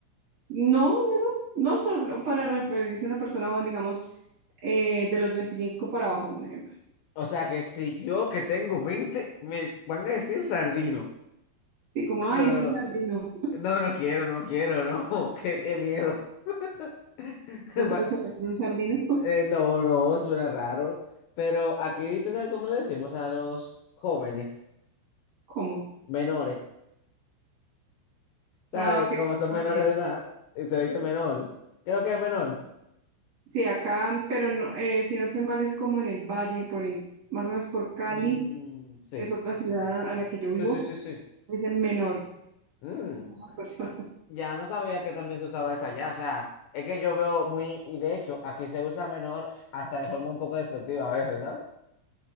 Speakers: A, on the right; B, on the left.
A: no, no, no, no solo para referirse a una persona joven, digamos, eh, de los 25 para abajo, un ejemplo.
B: O sea, que si yo que tengo 20 me van a decir sardino.
A: Sí, como,
B: No,
A: ay,
B: pero...
A: ese sardino.
B: No, no quiero, no quiero, no. <laughs> Qué, qué miedo. <laughs> Va-
A: ¿No te gusta hacer un sardino? <laughs>
B: Eh, no, no, suena raro. Pero aquí, ¿tú sabes cómo le decimos a los jóvenes?
A: ¿Cómo?
B: Menores. ¿Sabes?
A: Ah, ok.
B: Como son
A: También.
B: menores de edad, y se le dice menor. Creo que es menor.
A: Sí, acá, pero no, eh, si no estoy mal, es como en el valle, por en- más o menos por Cali,
B: Mm, sí.
A: que es otra ciudad a, a la que yo vivo,
B: Sí, sí, sí, sí.
A: es en menor
B: Mm.
A: a las personas. <laughs>
B: Ya no sabía que también se usaba esa ya, o sea, es que yo veo muy, y de hecho, aquí se usa menor hasta de forma un poco despectiva a veces, ¿sabes?